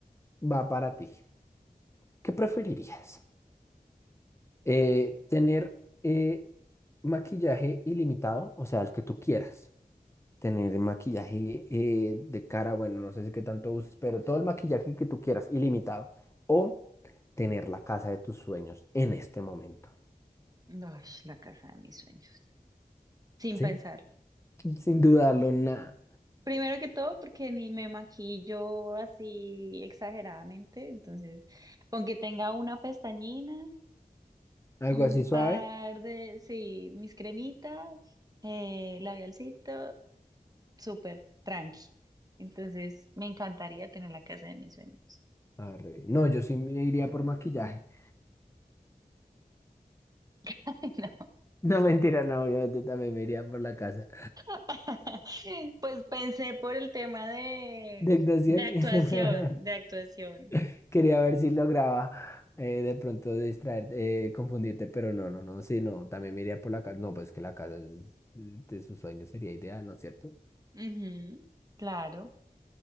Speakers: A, on the left; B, on the right.
A: va para ti. ¿Qué preferirías? Eh, ¿tener eh, maquillaje ilimitado, o sea, el que tú quieras? tener maquillaje eh, de cara, bueno, no sé si qué tanto uses, pero todo el maquillaje que tú quieras, ilimitado, o tener la casa de tus sueños en este momento,
B: ay, la casa de mis sueños, sin
A: ¿sí?
B: pensarlo.
A: Sin dudarlo, nada.
B: Primero que todo, porque ni me maquillo así exageradamente, entonces, con que tenga una pestañina,
A: Algo
B: un
A: así suave.
B: par de, sí, mis cremitas, eh, labialcito. súper tranqui. Entonces, me encantaría tener la casa de mis sueños.
A: Arre. No, yo sí me iría por maquillaje. <laughs>
B: <laughs> Ay, No.
A: No, mentira, no, obviamente también me iría por la casa.
B: <laughs> Pues pensé por el tema de,
A: De actuación,
B: de actuación,
A: <laughs>
B: de actuación.
A: quería ver si lograba eh, de pronto distraer, eh, confundirte, pero no, no, no, sí, no, también me iría por la casa. No, pues que la casa es- de sus sueños sería ideal, ¿no es cierto?
B: Ujú, claro.